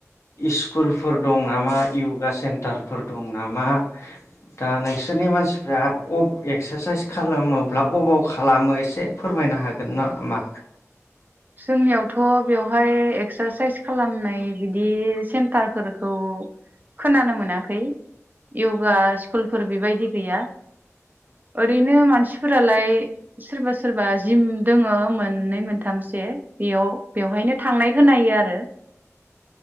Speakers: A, on the left; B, on the right.
A: स्कुलफोर दं नामा यगा सेन्टारफोर दं नामा दा नोंसोरनि मानसि फ्रा एक्सारसाइस खालामोब्ला अबाव खालामो एसे फोरमायनो हागोन नामा
B: जोंनियावथ' बेवहाय एक्सारसाइस खालामनाय बिदि सेन्टारफोरखौ खोनानो मोनाखै इउगा स्कुल फोर बेबायदि गैया। ओरैनो मानसि फोरालाय सोरबा सोरबा जिम दङो मोननै मोनथामसो जे बेयाव बेवहायनो थांनाय खोनायो आरो